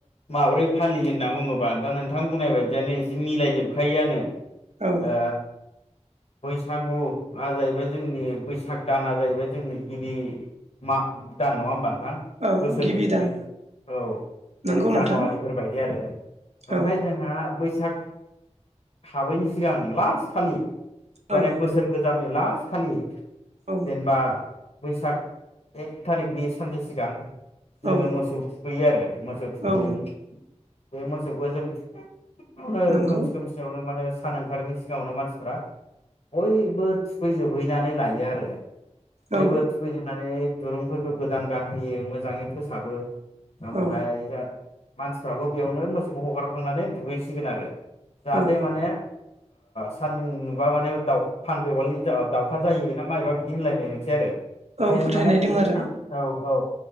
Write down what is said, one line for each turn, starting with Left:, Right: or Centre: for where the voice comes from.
Left: माबोरै फालियो होनना बुङोबा दा नोंथां बुंनाय बायदियानो इसे मिलायजोबखायोआनो।
Right: औ
Left: ओ बैसागु आ जाहैबाय जोंनि बैसाग दाना जाहैबाय जोंनि गिबि माग दान नङा होमबा नोंथां?
Right: औ
Left: बोसोरनि गिबि
Right: दान
Left: औ
Right: नंगौ
Left: जेरै जानुवारिफोरबायदि
Right: नोंथां
Left: आरो ओमफ्राय
Right: औ
Left: जोंहा बै साख हाबैनि सिगां लास्ट खालि माने
Right: औ
Left: बोसोर गोजामनि लास्ट खालि।
Right: औ
Left: जेनेबा बैसाग एक थारिकनि सानसे सिगां जोङो
Right: औ
Left: मोसौ थुखैयो आरो। मोसौ थुखैगोन
Right: औ
Left: बे मोसौखौ जों फुङावनो
Right: नंगौ
Left: खोमसि खोमसियावनो माने सान ओंखारनि सिगाङावनो मानसिफ्रा बयबो थुखैजोबहैनानै लायो आरो। बयबो
Right: औ
Left: थुखैजोबनानै दुरुंफोरखौ गोदान गानहोयो मोजां मोजाङै फोसाबो। ओमफ्राय
Right: औ
Left: <unintelligible> मानसिफ्राबो बेयावनो मोसौखौ हगारखांनानै दुगैसिगोन आरो। जाहाथे
Right: औ
Left: माने। सान्दुं नुबा माने दाउखा दावखा जायोना मा <unintelligible> बिदि होनलायनाय मोनसे आरो। ओंखायनो
Right: औ फोथायनाय
Left: माने
Right: दं
Left: बे
Right: आरो
Left: सान औ औ।